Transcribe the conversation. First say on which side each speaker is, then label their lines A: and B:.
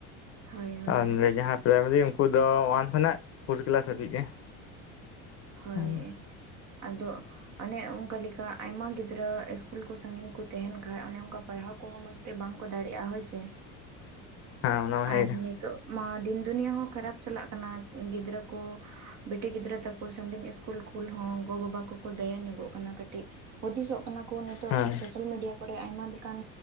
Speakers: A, on the right; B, on the left.
A: ᱦᱳᱭ ᱦᱳᱭ
B: ᱟᱨ ᱱᱚᱸᱰᱮ ᱡᱟᱦᱟᱸᱭ ᱯᱨᱟᱭᱢᱟᱨᱤ ᱩᱱᱠᱩ ᱫᱚ ᱚᱣᱟᱱ ᱠᱷᱚᱱᱟᱜ ᱯᱷᱳᱨ ᱠᱤᱞᱟᱥ ᱦᱟᱹᱵᱤᱡ ᱜᱮ᱾
A: ᱦᱳᱭ
B: ᱦᱮᱸ
A: ᱟᱫᱚ ᱚᱱᱮ ᱚᱝᱠᱟ ᱞᱮᱠᱟ ᱟᱭᱢᱟ ᱜᱤᱫᱽᱨᱟᱹ ᱤᱥᱠᱩᱞ ᱠᱩ ᱥᱟᱺᱜᱤᱧ ᱠᱩ ᱛᱮᱦᱮᱱ ᱠᱷᱟᱡ ᱚᱱᱮ ᱚᱱᱠᱟ ᱯᱟᱲᱦᱟᱣ ᱠᱚᱦᱚᱸ ᱢᱚᱡᱽ ᱛᱮ ᱵᱟᱝ ᱠᱚ ᱫᱟᱲᱮᱭᱟᱜᱼᱟ ᱦᱳᱭ ᱥᱮ
B: ᱚᱱᱟ ᱦᱮᱸ
A: ᱟᱨ ᱱᱤᱛᱚᱜ ᱢᱟ ᱫᱤᱱ ᱫᱩᱱᱤᱭᱟᱹ ᱦᱚᱸ ᱠᱷᱟᱨᱟᱯ ᱪᱟᱞᱟᱜ ᱠᱟᱱᱟ᱾ ᱜᱤᱫᱽᱨᱟᱹ ᱠᱚ ᱵᱤᱴᱤ ᱜᱤᱫᱽᱨᱟᱹ ᱛᱟᱠᱚ ᱠᱩ ᱥᱟᱺᱜᱤᱧ ᱤᱥᱠᱩᱞ ᱠᱩᱞ ᱦᱚᱸ ᱜᱚ ᱵᱟᱵᱟ ᱠᱚ᱾ ᱠᱚ ᱫᱟᱭᱟ ᱧᱚᱜᱚᱜ ᱠᱟᱱᱟ᱾ ᱠᱟᱹᱴᱤᱡ ᱦᱩᱫᱤᱥᱚᱜ ᱠᱟᱱᱟ ᱠᱚ ᱱᱤᱛᱚᱜ
B: ᱦᱮᱸ
A: ᱥᱳᱥᱟᱞ ᱢᱤᱰᱤᱭᱟ ᱠᱚᱨᱮ ᱟᱭᱢᱟ ᱞᱮᱠᱟᱱ